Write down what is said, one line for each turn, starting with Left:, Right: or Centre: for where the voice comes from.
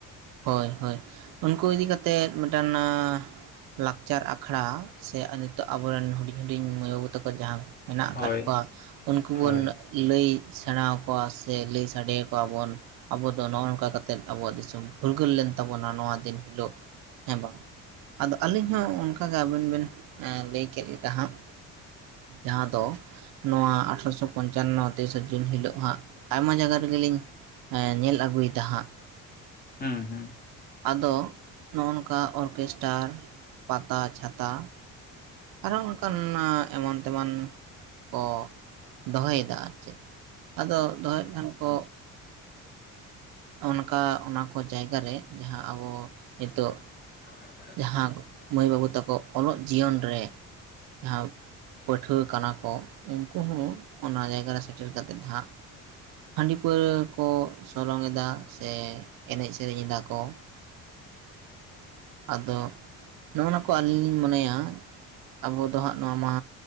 Right: ᱦᱳᱭ ᱦᱳᱭ ᱩᱱᱠᱩ ᱤᱫᱤ ᱠᱟᱛᱮᱫ ᱢᱤᱫᱴᱟᱱ ᱟ᱾ ᱞᱟᱠᱪᱟᱨ ᱟᱠᱷᱲᱟ ᱥᱮ ᱱᱤᱛᱚᱜ ᱟᱵᱚᱨᱮᱱ ᱦᱩᱰᱤᱧ ᱦᱩᱰᱤᱧ ᱢᱟᱹᱭ ᱵᱟᱹᱵᱩ ᱛᱟᱠᱚ ᱡᱟᱦᱟᱸ᱾ ᱢᱮᱱᱟᱜ ᱟᱠᱟᱫ
Left: ᱦᱳᱭ
Right: ᱠᱚᱣᱟ ᱩᱱᱠᱩ
Left: ᱦᱳᱭ
Right: ᱵᱚᱱ ᱞᱟᱹᱭ ᱥᱮᱬᱟᱚ ᱟᱠᱣᱟ ᱥᱮ ᱞᱟᱹᱭ᱾ ᱥᱟᱰᱮ ᱟᱠᱚ ᱟᱵᱚᱱ ᱟᱵᱚ ᱫᱚ ᱱᱚᱜᱼᱚ ᱱᱚᱝᱠᱟ ᱠᱟᱛᱮᱫ ᱟᱵᱚᱣᱟᱜ ᱫᱤᱥᱚᱢ ᱯᱷᱩᱨᱜᱟᱹᱞ ᱞᱮᱱ ᱛᱟᱵᱚᱱᱟ ᱱᱚᱣᱟ ᱫᱤᱱ ᱦᱤᱞᱳᱜ᱾ ᱦᱮᱸ ᱵᱟᱝ ᱟᱫᱚ ᱟᱹᱞᱤᱧ ᱦᱚᱸ ᱚᱱᱠᱟᱜᱮ ᱟᱵᱤᱱ ᱵᱮᱤᱱ ᱞᱟᱹᱭ ᱠᱮᱫ ᱞᱮᱠᱟ ᱦᱟᱸᱜ᱾ ᱡᱟᱦᱟᱸ ᱫᱚ ᱱᱚᱣᱟ ᱟᱴᱷᱨᱚᱥᱚ ᱯᱚᱧᱪᱟᱱᱱᱚ ᱛᱮᱤᱥᱮ ᱡᱩᱱ ᱦᱤᱞᱳᱜ ᱦᱟᱸᱜ᱾ ᱟᱭᱢᱟ ᱡᱟᱭᱜᱟ ᱨᱮᱜᱮᱞᱤᱧ ᱧᱮᱞ ᱟᱹᱜᱩᱭᱮᱫᱟ ᱦᱟᱸᱜ᱾
Left: ᱦᱩᱸ ᱦᱩᱸ
Right: ᱟᱫᱚ ᱱᱚᱜ ᱱᱚᱝᱠᱟ ᱚᱨᱠᱮᱥᱴᱟᱨ ᱯᱟᱛᱟ ᱪᱷᱟᱛᱟ᱾ ᱟᱨᱦᱚ ᱚᱱᱠᱟᱱ ᱮᱢᱟᱱ ᱛᱮᱢᱟᱱ ᱠᱚ ᱫᱚᱦᱚᱭᱮᱫᱟ᱾ ᱪᱮᱫ ᱟᱫᱚ ᱫᱚᱦᱚᱭᱮᱫ ᱠᱷᱟᱱ ᱠᱚ᱾ ᱚᱱᱠᱟ ᱚᱱᱟ ᱠᱚ ᱡᱟᱭᱜᱟ ᱨᱮ ᱡᱟᱦᱟᱸ ᱟᱵᱚ ᱱᱤᱛᱚᱜ᱾
Left: <unintelligible>
Right: ᱡᱟᱦᱟᱸ ᱢᱟᱹᱭ ᱵᱟᱹᱵᱩ ᱛᱟᱠᱚ ᱚᱞᱚᱜ ᱡᱤᱭᱚᱱ ᱨᱮ ᱡᱟᱦᱟᱸ ᱯᱟᱹᱼᱼ ᱯᱟᱹᱴᱷᱣᱟᱹ ᱠᱟᱱᱟ ᱠᱚ ᱩᱱᱠᱩ ᱦᱚᱸ ᱚᱱᱟ ᱡᱟᱭᱜᱟ ᱨᱮ ᱥᱮᱴᱮᱨ ᱠᱟᱛᱮᱫ ᱦᱟᱸᱜ᱾ ᱦᱟᱺᱰᱤ ᱯᱟᱹᱣᱨᱟᱹ ᱠᱚ ᱥᱚᱞᱚᱝ ᱮᱫᱟ᱾ ᱥᱮ ᱮᱱᱮᱡ ᱥᱮᱨᱮᱧ ᱫᱟᱠᱚ᱾ ᱟᱫᱚ ᱱᱚᱜᱚᱭ ᱱᱚᱣᱟ ᱠᱚ ᱟᱹᱞᱤᱧ ᱞᱤᱧ ᱢᱚᱱᱮᱭᱟ ᱟᱵᱚ ᱫᱚ ᱦᱟᱸᱜ᱾ ᱱᱚᱣᱟ ᱢᱟ